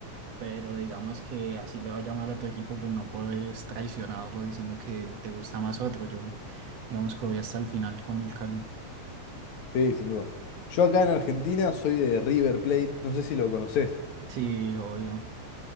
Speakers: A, on the right; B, on the left.
A: pero digamos que así le vaya mal a tu equipo, pues no puedes traicionarlo diciendo que te gusta más otro. Yo digamos que voy hasta el final con el Cali.
B: Sí, sin duda. Yo acá en Argentina soy de River Plate, no sé si lo conoces.
A: Sí, obvio.